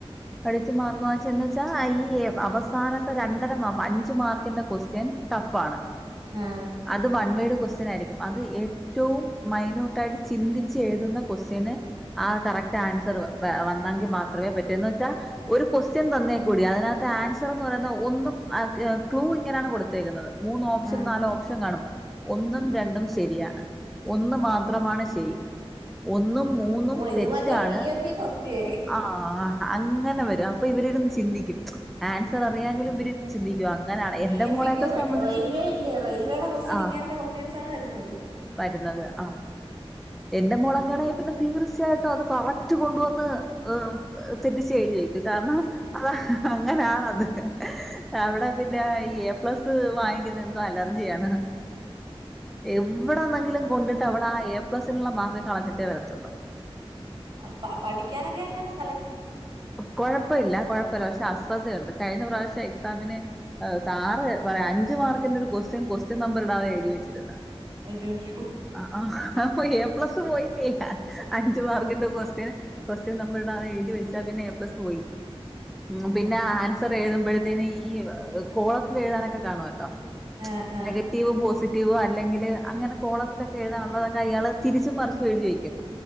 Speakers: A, in the centre; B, on the right (about 55°).
A: പഠിച്ചു മാർക്ക് വാങ്ങിച്ച ന്ന്വച്ചാ ഐഈ അവസാനത്തെ രണ്ടര അഞ്ച്മാർക്കിന്റെ ക്വസ്റ്റ്യൻ ടഫാണ്
B: ആ
A: അത് വൺ വേഡ് ക്വസ്സനായിരിക്കും അത് ഏറ്റവും മൈനോട്ടായിട്ട് ചിന്തിച്ച് എഴുതുന്ന ക്വസ്റ്റ്യന് ആ കറക്റ്റ് ആൻസർ വ് വ വന്നെങ്കിൽ മാത്രമേ പറ്റൂന്ന് ച്ചാൽ ഒരു ക്വസ്റ്റ്യൻ തന്നേ കൂടി അതിനകത്ത് ആൻസറന്ന് പറയുന്ന ഒന്നും ആ ക് ക്ലൂ ഇങ്ങനെയാണ് കൊടുത്തേക്കുന്നത് മൂന്ന് ഓപ്ഷൻ
B: ആ
A: നാല് ഓപ്ഷൻ കാണും ഒന്നും രണ്ടും ശരിയാണ് ഒന്ന് മാത്രമാണ് ശ് ടി ഒന്നും മൂന്നും
B: ഓ ഇത്
A: തെറ്റാണ്
B: മറ്റേ പി എസ് സി കൊസ്റ്റ്യൻ
A: ആ അഅങ്ങനെ വരും അപ്പൊ ഇവരി രുന്ന് ചിന്തിക്കും ആൻസർ അറിയാങ്കിലും ഇവരിരുന്ന് ചിന്തിക്കും അങ്ങനാണ്
B: ഇ പി
A: എന്റെ
B: എസ്സിക്ക്
A: മോളെയൊക്കെ
B: റൈ
A: സംബന്ധിച്ച്
B: റെയിൽവേ ഇല്ലേ റെയിൽവേടെ കൊസ്റ്റ്യന്
A: ആ
B: ഇങ്ങനത്തെ കൊസ്റ്റ്യൻസാണ് വരുന്നത്
A: വരുന്നത് ആ എന്റെ മോളകാണെ പിന്നെ തീർച്ചയായിട്ടും അത് കറക്റ്റ് കൊണ്ടുവന്ന് എം തെറ്റിച്ചെഴുതിവെക്കും കാരണം അത് അങ്ങനാണത് അവിടെ പിന്നെ ഐ എ പ്ലസ് വാങ്ങിക്കുന്നെ എന്തോ അലർജിയാണ് എവിടെണെങ്കിലും കൊണ്ടിട്ട് അവള ആ എപ് പ്ലസിനുള്ള മാർക്ക് കളഞ്ഞിട്ടേ വരത്തുള്ളൂ
B: അപ്പ പഠിക്കാനൊക്കെങ്ങനെ
A: കൊഴപ്പല്ല കൊഴപ്പല്ല പക്ഷെ അശ്രദ്ധയുണ്ട് കഴിഞ്ഞ പ്രാവശ്യം എക്സാമിന് സാറ് പറയാ അഞ്ചുമാർക്കിന്റെ ഒരു ക്വസ്റ്റ്യൻ ക്വസ്റ്റ്യൻ നമ്പർ ഇടാതെ എഴുതിവെച്ചതെന്ന്.
B: അയ്യോ അയ്യോ
A: ആ ആഹ് അപ്പൊ പ്ലസ് പോയി <unintelligible> അഞ്ച് മാർക്കിന്റെ ക്വസ്റ്റ്യൻ ക്വസ്റ്റ്യൻ നമ്പറിടാതെ എഴുതി വെ ച്ചാ പിന്നെ എ പ്ലസ് പോയില്ലേ. ഉം
B: ആ
A: പിന്നെ ആൻസർ എഴുതുമ്പോഴത്തേന് ഈ ഈ കോളത്തിലെഴുതാനൊക്കെ കാണുവല്ലോ.
B: ആ ആ
A: നെഗറ്റീവും പോസിറ്റീ റ്റീവോ അല്ലെങ്കില് അങ്ങനെ കോളത്തിലൊക്കെ എഴുതാനുള്ളതൊക്കെ അയാള് തിരിച്ചും മറിച്ചും എഴുതി വയ്ക്കും.